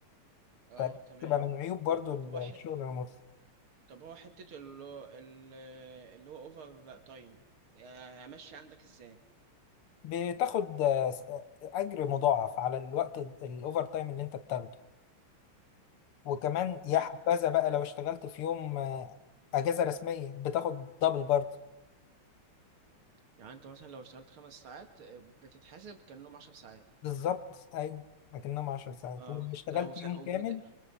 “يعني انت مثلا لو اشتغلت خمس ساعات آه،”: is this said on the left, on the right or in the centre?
Right